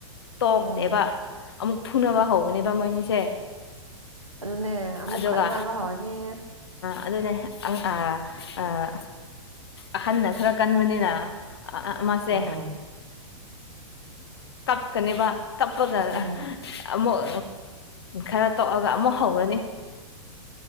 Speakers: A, on the left; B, on the right.
A: ꯇꯣꯛꯇꯦꯕ
B: ꯎꯝ
A: ꯑꯃꯨꯛ ꯐꯨꯅꯕ ꯍꯧꯕꯅꯦꯕ ꯃꯣꯏꯅꯤꯁꯦ
B: ꯑꯗꯨꯅꯦ ꯑꯃꯨꯛ
A: ꯑꯗꯨꯒ
B: ꯈꯠꯅꯕ ꯍꯧꯔꯅꯤ
A: ꯑꯗꯨꯅꯦ ꯑꯥ ꯑꯥ ꯑꯍꯟꯅ ꯈꯔ ꯀꯟꯕꯅꯤꯅ ꯃꯥꯁꯦ
B: ꯎꯝ
A: ꯀꯞꯀꯅꯦꯕ ꯀꯞꯄꯒ
B: ꯎꯝ
A: ꯑꯃꯨꯛ ꯈꯔ ꯇꯣꯛꯑꯒ ꯑꯃꯨꯛ ꯍꯧꯔꯅꯤ